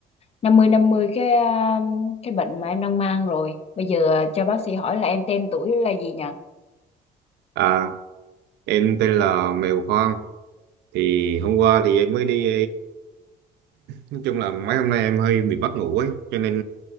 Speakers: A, on the left; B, on the right.
A: năm mươi năm mươi cái à, cái bệnh mà em đang mang rồi. Bây giờ ờ, cho bác sĩ hỏi là em tên tuổi là gì nhỉ?
B: à, em tên là Mèo Hoang, thì hôm qua thì em mới đi, nói chung là mấy hôm nay em hơi bị mất ngủ ấy, cho nên